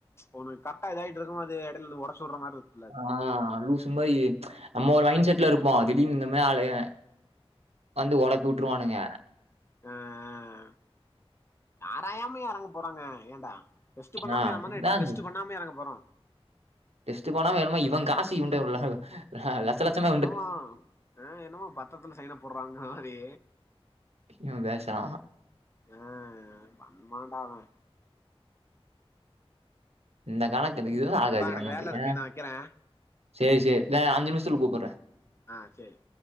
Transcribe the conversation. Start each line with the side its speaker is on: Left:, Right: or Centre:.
Left: ஒன்னு கரெக்டா இதாயி இட்ருக்கு போது அது எடையல இருந்து ஒடச்சுடுற மாரி இருக்கு
Right: ஆ லூசு மாயி நம்ம ஒரு மைன் செட்ல இருப்போ திடீர்னு இன்னமாதி ஆலுக வந்து ஒழப்பி விட்டுருவானுங்க
Left: ம் ஆ ஆ ஆராயாம எறங்க போறாங்க ஏன்டா டெஸ்ட்டு பண்ணாம
Right: ஆ.
Left: நம்ம
Right: அதான்
Left: என்ன டெஸ்ட் டுபண்ணாமய எறங்க போறோ
Right: டெஸ்ட்டு பண்ணாமா என்னமோ இவ காசு இவன்ட உள்ள ஆ லெட்ச லெட்சம
Left: என்னமோ ஆ என்னமோ பத்தரத்துல சைன போடுற மாரி
Right: ம் பேசா வேணா
Left: ஆ மண்டடா அவே
Right: இந்த கணக்கு
Left: அவ
Right: இதுவு ஆகாது
Left: நண்பா எனக்கு
Right: நமக்கு
Left: வேல இருக்கு
Right: ஆ
Left: நா வைக்கிறே
Right: செ செ ந அஞ்சு நிமிஷத்துல கூப்புறே
Left: ஆ சேரி